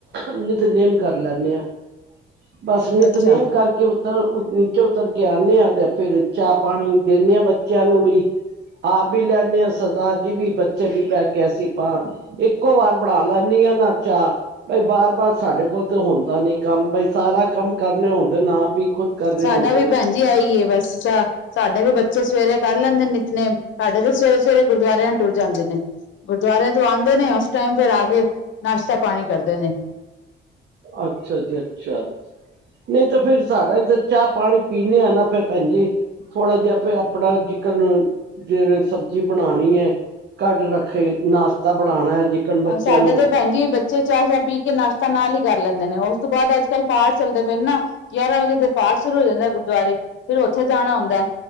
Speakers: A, on the right; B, on the left.
A: ਨਿਤਨੇਮ ਕਰ ਲੇਨੇ ਆ। ਬਸ ਨਿਤਨੇਮ
B: ਅੱਛਾ
A: ਕਰਕੇ ਉਤਰ ਨੀਚੇ ਉਤਰ ਕੇ ਆਨੇ ਆਂ ਤੇ ਫੇਰ ਚਾਹ-ਪਾਣੀ ਦੇਨਿਆ ਬੱਚਿਆਂ ਨੂੰ ਵੀ ਆਪ ਵੀ ਲੈਂਨੇ ਆ ਸਰਦਾਰ ਜੀ ਵੀ ਬੱਚ ਚੇ ਵੀ ਬਹਿ ਕੇ ਅਸੀਂ ਪਾ ਇੱਕੋ ਵਾਰ ਬਣਾ ਲੈਂਣੀਆ ਹਾਂ ਨਾ ਚਾਹ ਬਈ ਬਾਰ- ਬਾਰ ਸਾਡੇ ਕੋਲ ਤਾਂ ਹੁੰਦਾ ਨੀ ਕੰਮ ਬਈ ਸਾਰਾ ਕੰਮ ਕਰਨੇ ਹੁੰਦੇ ਨੇ ਆਪ ਹੀ ਖੁਦ ਕਰਨੇ
B: ਸਾਡਾ
A: ਹੁੰਦੇ
B: ਵੀ
A: ਨੇ
B: ਭੈਣ ਜੀ ਆਈ ਏ ਵੈਸੇ ਸਾ ਸਾਡੇ ਵੀ ਬੱਚੇ ਸਵੇਰੇ ਕਰ ਲੈਂਦੇ ਨੇ ਨਿਤਨੇਮ ਸਾਡੇ ਤੇ ਸਵੇਰੇ-ਸਵੇਰੇ ਗੁਰਦੁਰਿਆਂ ਟੁਰ ਜਾਂਦੇ ਨੇ। ਗੁਰਦੁਆਰਿਆਂ ਤੋਂ ਆਉਂਦੇ ਨੇ ਉਸ ਟਾਈਮ ਫਿਰ ਆ ਕੇ ਨਾਸ਼ਤਾ ਪਾਣੀ ਕਰਦੇ ਨੇ।
A: ਅੱਛਾ ਜੀ ਅੱਛਾ। ਨਹੀਂ ਤਾਂ ਫਿਰ ਸਾਡਾ ਤਾਂ ਚਾਹ-ਪਾਣੀ ਪੀਂਦੇ ਆ ਨਾ ਫਿਰ ਭੈਣ ਜੀ ਥੋੜ੍ਹਾ ਜਿਹਾ ਆਪੇ ਆਪਣੇ ਜਿਕਨ, ਜਿਵੇ ਸਬਜ਼ੀ ਬਣਾਣੀ ਏ। ਕੱਡ- ਰੱਖੀ ਨਾਸ਼ਤਾ ਬਣਾਣਾ ਜਿਕਨ ਬੱਚਿਆਂ
B: ਹਾਂ ਸਾਡੇ
A: ਨੂੰ
B: ਤੇ ਭੈਣ ਜੀ ਬੱਚੇ ਬੱਚੇ ਚਾਹ- ਚੂ ਪੀ ਕੇ ਨਾਸ਼ਤਾ ਨਾਲ ਹੀ ਕਰ ਲੈਂਦੇ ਨੇ ਉਸ ਤੋਂ ਬਾਅਦ ਅੱਜ-ਕੱਲ੍ਹ ਪਾਠ ਚੱਲਦੇ ਪਏ ਨੇ ਨਾ। ਗਿਆਰਾਂ ਵਜੇ ਤੇ ਪਾਠ ਸ਼ੁਰੂ ਹੋ ਜਾਂਦਾ ਗੁਰਦੁਆਰੇ ਫਿਰ ਉੱਥੇ ਜਾਣਾ ਹੁੰਦਾ ਐ।